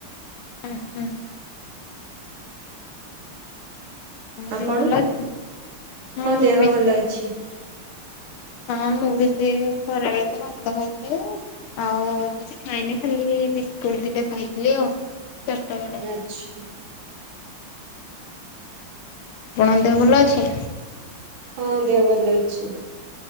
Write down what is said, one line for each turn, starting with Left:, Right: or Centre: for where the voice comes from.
Left: ହଁ, ହଁ।
Right: ଆପଶ?
Left: ଦେହ ଭଲ ଅଛି?
Right: ହଁ
Left: ମୁଁ
Right: ଦେହ
Left: ବି ସେ
Right: ଭଲ ଅଛି।
Left: ହଁ ମୁଁ ବି ସେଇ ଖରାବେଳେ ତ ଭାତ ଖାଇଥିଲି ଆଉ। ଆଉ ମୁଁ କିଛି ଖାଇନି ଖାଲି ବିସ୍କୁଟ୍ ଦିଟା ଖାଇଥିଲି ଆଉ। ଚାରଟା ବେଳେ।
Right: ଆଚ୍ଛା।
Left: ଆପଣଙ୍କ ଦେହ ଭଲ ଅଛି?
Right: ହଁ ଦେହ ଭଲ ଅଛି।